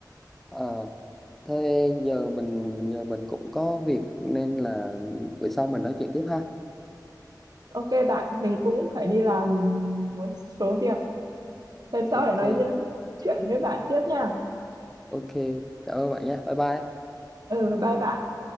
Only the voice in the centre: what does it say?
à, thế giờ mình giờ mình cũng có việc nên là bữa sau mình nói chuyện tiếp ha
ok
ok cảm ơn bạn nha bye bye